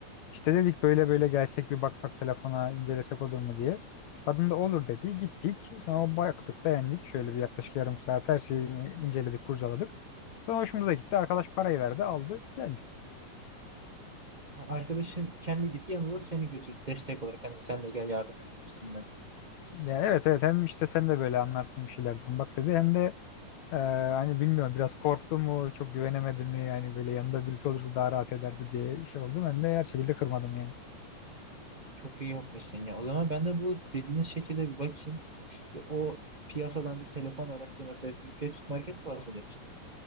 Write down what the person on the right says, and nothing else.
Ha, arkadaşın kendi gitti yanında seni götürdü destek olarak hani sen de gel yardım et gibisinden.
Çok iyi yapmışsın ya. O zaman ben de bu dediğiniz şekilde bir bakayım. Bir o piyasadan bir telefon araştırması yapayım. Facebook Market Plus mı demiştin?